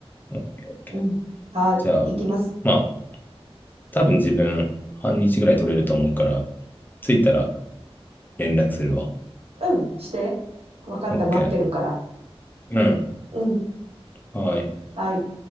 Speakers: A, on the left; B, on the right.
A: オッケーオッケー
B: うん。はい。
A: じゃあ、
B: 行きます。
A: まあ、多分自分、半日ぐらい取れると思うから、着いたら連絡するわ。
B: うん、して。わかった、
A: オッケ
B: 待ってるから。
A: ーうん。
B: うん。
A: はい。
B: はい。